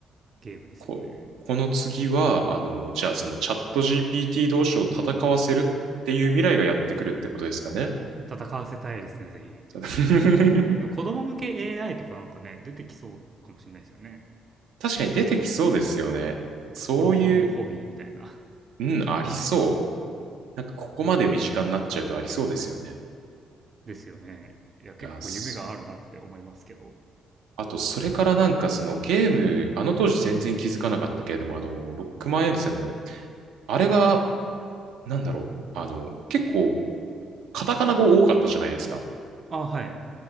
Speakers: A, on the right; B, on the right.
A: ゲームですよね。
B: こ、この次は、あの、じゃあそのチャット GPT 同士を戦わせるっていう未来がやってくるってことですかね。
A: 戦わせたいですね、ぜひ。
B: ただ <laughs>
A: でも子供向け AI とかなんかね、出てきそうかもしれないですよね。
B: 確かに出てきそうですよね。
A: なんかコロコロのホビーみたいな。
B: そういう、うん、ありそう。なんかここまで身近になっちゃうとありそうですよね。
A: <laughs> うん。ですよね。いや、結構夢があるなって思いますけど。
B: いやー、あと、それからなんかそのゲーム、あの当時全然気づかなかったけれども、あの、ロックマンエグゼの、あれが、なんだろう、あの、結構、カタカナ語多かったじゃないですか。
A: あ、はい。